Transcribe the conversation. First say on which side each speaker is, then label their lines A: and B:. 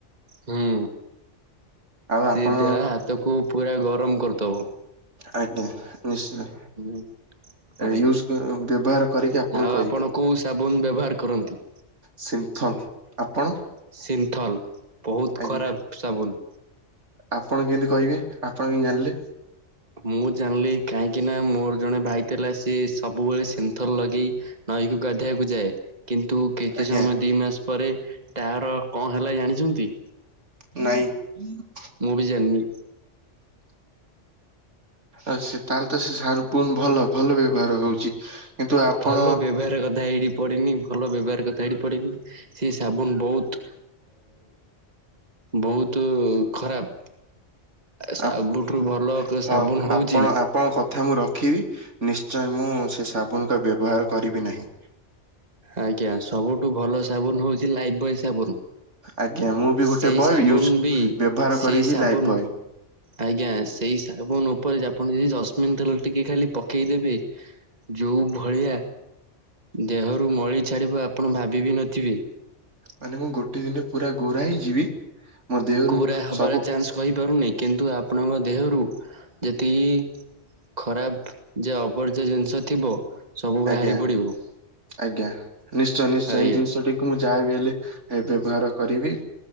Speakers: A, on the right; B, on the right.
A: ହୁଁ
B: ଆଉ
A: ସେ
B: ଆପଣ।
A: ଦେହ ହାତକୁ ପୁରା ଗରମ କରିଦବ।
B: ଆଜ୍ଞା ନିଶ୍ଚୟ।
A: ହୁଁ। ଆଜ୍ଞା
B: ୟୁଜ ବ୍ୟବହାର କରିକି ଆପଣଙ୍କୁ
A: ଆଉ
B: କହିବି।
A: ଆପଣ କୋଉ ସାବୁନ ବ୍ୟବହାର କରନ୍ତି।
B: ସିନ୍ଥଲ ଆପଣ।
A: ସିନ୍ଥଲ ବହୁତ
B: ଆଜ୍ଞା
A: ଖରାପ ସାବୁନ୍।
B: ଆପଣ କେମିତି କହିବେ ଆପଣ କେମିତି ଜାଣିଲେ।
A: ମୁଁ ଜାଣିଲି କାହିଁକି ନା ମୋର ଜଣେ ଭାଇ ଥିଲା ସିଏ ସବୁବେଳେ ସିନ୍ଥର ଲଗେଇ। ନଈକୁ ଗାଧୋଇବାକୁ ଯାଏ। କିନ୍ତୁ କିଛି
B: ଆଜ୍ଞା
A: ସମୟ ଦି ମାସ ପରେ ତାର କଣ ହେଲା ଜାଣିଛନ୍ତି।
B: ନାଇଁ।
A: ମୁଁ ଭି ଜାଣିନି।
B: ଆଉ ସେ ତାହେଲେ ତ ସେ ସାବୁନ ଭଲ ଭଲ ବ୍ୟବହାର ହଉଛି। କିନ୍ତୁ ଆପଣ
A: ଭଲ ବ୍ୟବହାର କଥା ଏଇଠି। ପଡ଼େନି ଭଲ ବ୍ୟବହାର କଥା ଏଠି ପଡିନି ସେ ସାବୁନ ବହୁତ। ବହୁତ ଖରାପ। ସବୁଠୁ
B: ଆପ-
A: ଭଲ
B: ହଉ
A: ସାବୁନ ହଉଛି।
B: ଆପଣ ଆପଣଙ୍କ କଥା ମୁଁ ରଖିବି ନିଶ୍ଚୟ ମୁଁ ସେ ସାବୁନ କୁ ବ୍ୟବହାର କରିବି ନାହିଁ।
A: ଆଜ୍ଞା ସବୁଠୁ ଭଲ ସାବୁନ ହଉଛି ଲାଇଭ ବଏ ସାବୁନ।
B: ଆଜ୍ଞା ମୁଁ ବି ଗୋଟେ
A: ସେଇ
B: ବୟ
A: ସାବୁନ
B: ୟୁଜ
A: ବି
B: ବ୍ୟବହାର
A: ସେଇ
B: କରିବି
A: ସାବୁନ୍।
B: ଲାଇଫ ବୟ
A: ଆଜ୍ଞା ସେଇ ସାବୁନ ଉପରେ ଆପଣ ଯଦି ଜସମିନ ତେଲ ଟିକେ ଖାଲି ପକେଇଦେବେ। ଯେଉଁ ଭଳିଆ। ଦେହରୁ ମଳି ଛାଡ଼ିବ ଆପଣ ଭାବିବି ନଥିବେ।
B: ମାନେ ମୁଁ ଗୋଟେ ଦିନ ପୁରା ଗୋରା ହେଇଯିବି ମୋ ଦେହରୁ
A: ଗୋରା ହବାର
B: ସବୁ।
A: ଚାନ୍ସ କହିପାରୁନି କିନ୍ତୁ ଆପଣଙ୍କ ଦେହରୁ ଯେତିକି। ଖରାପ ଯେ ଅବର୍ଜ ଜିନିଷ ଥିବ। ସବୁ ବାହାରି
B: ଆଜ୍ଞା
A: ପଡିବ
B: ଆଜ୍ଞା ନିଶ୍ଚୟ ନିଶ୍ଚୟ
A: ଆଜ୍ଞା
B: ଏଇ ଜିନିଷ ଟି। ମୁଁ ଯାହାବି ହେଲେ ବ୍ୟବହାର କରିବି